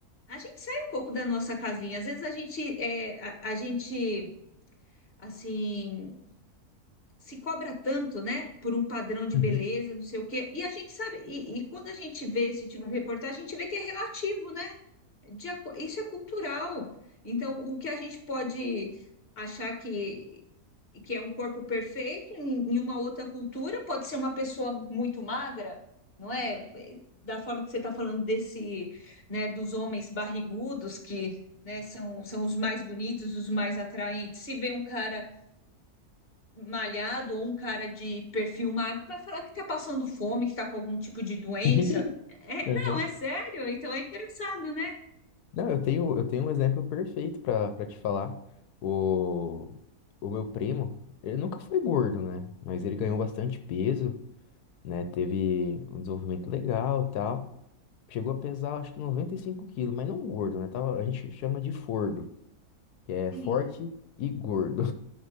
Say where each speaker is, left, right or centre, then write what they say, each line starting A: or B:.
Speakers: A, on the left; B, on the left.
A: a gente sai um pouco da nossa casinha. Às vezes a gente, é, a a gente assim se cobra tanto, né, por um padrão de
B: Uhum.
A: beleza, não sei o quê. E a gente sabe, e, e quando a gente vê esse tipo de reportagem, a gente vê que é relativo, né? De aco- isso é cultural. Então, o que a gente pode achar que, que é um corpo perfeito em, em uma outra cultura pode ser uma pessoa muito magra, não é? Da forma que você está falando desse, né, dos homens barrigudos que, né, são, são os mais bonitos, os mais atraentes. Se vê um cara malhado ou um cara de perfil magro vai falar que tá passando fome, que tá com algum tipo de doença.
B: <laughs>
A: É,
B: Aham.
A: não, é sério? Então é engraçado, né?
B: Não, eu tenho, eu tenho um exemplo perfeito pra para te falar. O, o meu primo, ele nunca foi gordo, né? Mas ele ganhou bastante peso, né? Teve um desenvolvimento legal, tal. Chegou a pesar, acho que 95 quilos, mas não gordo, né? Tava, a gente chama de fordo, que é
A: Sim,
B: forte e gordo.